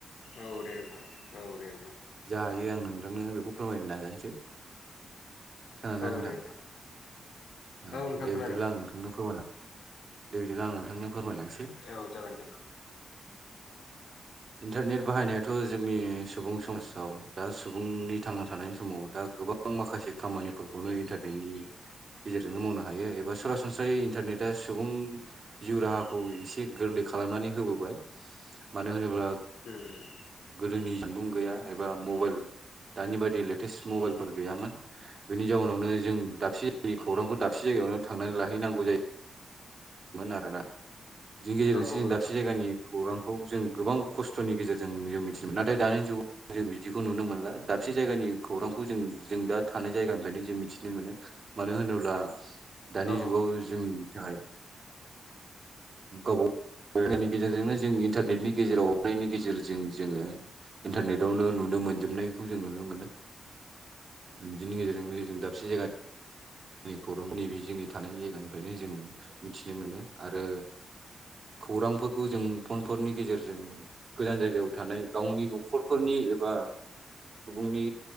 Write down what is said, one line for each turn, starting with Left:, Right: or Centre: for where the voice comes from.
Left: औ दे नोंथां औ दे नोंथां
Right: जा हायो आं नोंथांनो बेखौ फोरमायनो नाजानोसै खोनादों ना
Left: औ
Right: नोंथां
Left: दे
Right: औ
Left: नोंथां
Right: दे
Left: खोनादों
Right: बिदिब्ला आं नोंथांनो फोरमायलां दे बिदि आं नोंथांनो फोरमायलांसै
Left: औ जागोन दे
Right: इन्टारनेट बाहायनायाथ' जोंनि सुबुं समाजाव दा सुबुंनि थांना थानायनि समाव दा गोबां माखासे खामानिफोरखौनो इन्टारनेटनि गेजेरजोंनो मावनो हायो बा सरासनस्रायै इन्टारनेटआ सुबुं जिउ राहाखौ एसे गोरलै खालामनानै होबोबाय मानो होनोबा
Left: उम
Right: गोदोनि जामबुं गैया एबा मबाइल दानि बायदि लेटेस्ट मबाइलफोर गैयामोन बेनि जाउनावनो जों दाबसे जायगानि खौरांखौ दाबसे जायगायावनो थांनानै लाहैनांगौ जायो आरोना बिनि गेजेरजोंसो
Left: औ
Right: जों
Left: नोंथां
Right: दाबसे जायगानि खौरांखौ जों गोबां खस्थ'नि गेजेरजों जों मिथिनो मोन नाथाय दानि जुगाव जों बिदिखौ नुनो मोनला दाबसे जायगानि खौरांखौ जों जों दा थानाय जायगानिफ्रायनो जों मिथिनो मोनो मानो होनोब्ला दानि
Left: औ
Right: जुगाव जोंनि थाखाय गावबा गाव मबाइलनि गेजेरजोंनो जों इन्टारनेटनि गेजेराव हरनायनि गेजेरजों जोङो इन्टारनेटावनो नुनो मोनजोबनायखौ जों नुनो मोनो बिदिनि गेजेरजोंनो जों दाबसे जायगानि जों खौरां नैबे जोंनि थानायनि जायगानि बेनो जों मिथिनो मोनो आरो खौरांफोरखौ जों फनफोरनि गेजेरजों गोजान जायगायाव थानाय गावनि न'खरफोरनि एबा सुबुंनि